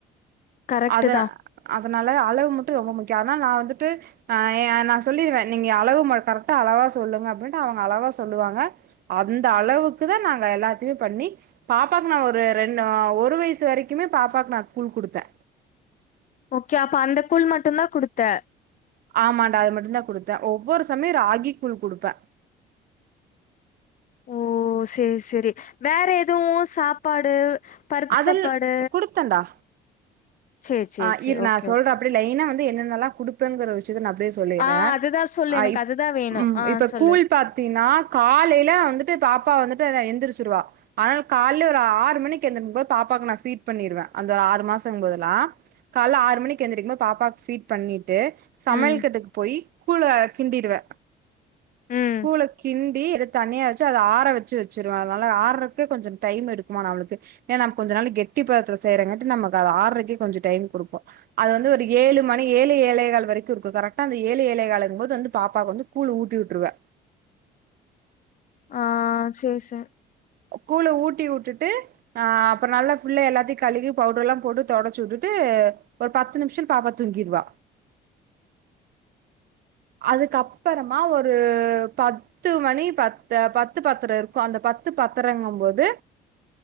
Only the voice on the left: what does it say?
கரெக்ட்டு
தான்.
ஓகே அப்ப அந்த கூழ் மட்டுந்தா குடுத்த
ஓ சேரி சேரி வேற எ துவு சாப்பாடு பருப்பு
சாப்பாடு
சரி, சரி,
சரி.
ஓகே,
ஓகே.
ஆ அதுதான் சொல்லு.
எனக்கு
அதுதான் வேணும்.
ஆ
சொல்லு.
ம்,
ம்.
ஆ சேர் சே